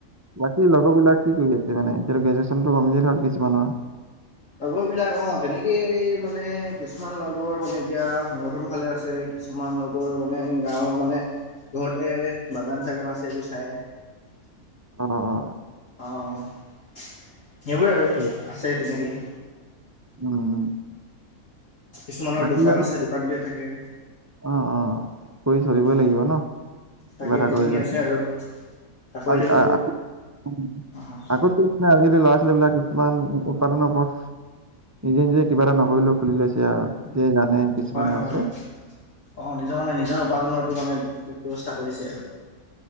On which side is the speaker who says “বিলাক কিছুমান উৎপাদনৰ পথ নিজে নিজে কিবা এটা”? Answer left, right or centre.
Right